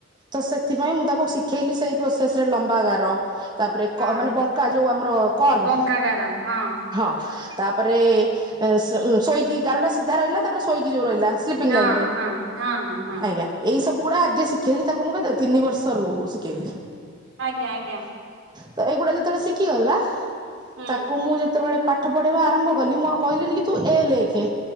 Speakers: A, on the right; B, on the right.
A: ତ ସେ ଥିପାଇ ମୁଁ ତାକୁ ଶିଖେଇଲି ସେଇ ପ୍ରୋ ସେସରେ ଲମ୍ବା ଗାର। ତାପରେ
B: ହଁ
A: କ ମାନେ ବଙ୍କା ଯୋଉ ଆମର କର୍ବ
B: ବଙ୍କାଗାର ହଁ
A: ହଁ ତାପରେ ଏ ଶ ଶୋଇକି ଗାରଟା ସିଧା ରହିଲା ତାପରେ ଶୋଇକି ଯୋଉ ରହିଲା ସ୍ଲିପିଙ୍ଗ୍
B: ହଁ
A: ଲାଇନରେ
B: ହଁ ହଁ ହଁ ହଁ
A: ଆଜ୍ଞା ଏଇ ସବୁ ଗୁଡ଼ା ଗେ ଶିଖେଇଲି ତାକୁ ମୁଁ କେତେ ତିନି ବର୍ଷରୁ ଶିକେଇଲି‌।
B: ଆଜ୍ଞା ଆଜ୍ଞା।
A: ତ ଏଇ ଗୁଡାଉ ଯେତୋଳେ ଶିକିଗଲା
B: ହୁଁ
A: ତାକୁ ମୁଁ ଯେତୋବେଳେ ପାଠ ପଢେଇବା ଆରମ୍ଭ କଲି ମୁଁ ଆଉ କହିଲିିନି କି ତୁ ଏ ଲେଖେ